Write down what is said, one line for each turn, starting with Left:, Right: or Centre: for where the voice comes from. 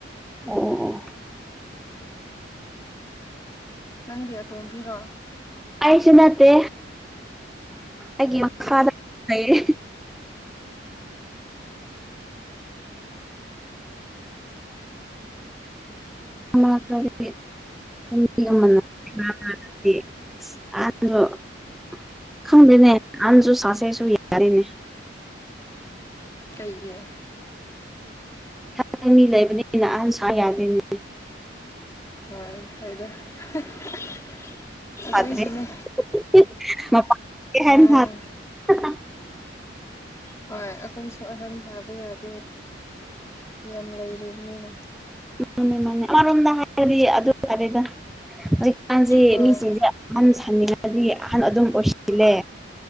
Centre: <unintelligible>
Left: ꯅꯪꯗꯤ ꯑꯇꯣꯡꯕꯤꯔꯣ
Centre: ꯑꯩꯁꯨ ꯅꯠꯇꯦ ꯑꯩꯒꯤ ꯃꯈꯥꯗ ꯂꯩꯑ ꯑ ꯀꯔꯦ <unintelligible> ꯈꯪꯗ꯭ꯔꯦꯅꯦ ꯅꯍꯥꯟꯁꯨ ꯁꯥꯁꯩꯁꯨ ꯌꯥꯔꯤꯅꯦ
Left: ꯀꯩꯚꯤ
Centre: ꯊꯥꯗ ꯃꯤ ꯂꯩꯕꯅꯤꯅ ꯑꯍꯟ ꯁꯥ ꯌꯥꯗꯦꯅꯦ
Left: ꯍꯣꯏ ꯐꯣꯏꯗꯦ ꯑꯩꯈꯣꯏꯁꯨꯅꯦ
Centre: ꯁꯥꯗ꯭ꯔꯦ <unintelligible>
Left: ꯑꯥ ꯍꯣꯏ ꯑꯩꯈꯣꯏꯁꯨ ꯑꯍꯟ ꯁꯥꯕ ꯌꯥꯗꯦ ꯌꯥꯝ ꯂꯩꯔꯤꯕꯅꯤꯅ
Centre: ꯃꯥꯅꯦ ꯃꯥꯅꯦ ꯑꯃꯔꯣꯝꯗ ꯍꯥꯏꯔꯗꯤ ꯑꯗꯨ ꯇꯔꯦꯗ ꯍꯧꯖꯤꯛꯀꯥꯟꯁꯤ
Left: ꯍꯣꯏ
Centre: ꯃꯤꯁꯤꯡꯁꯦ ꯑꯍꯟ ꯁꯥꯅꯤꯡꯉꯅꯤ ꯑꯍꯟ ꯑꯗꯨꯝ ꯑꯣꯏꯁꯤꯜꯂꯦ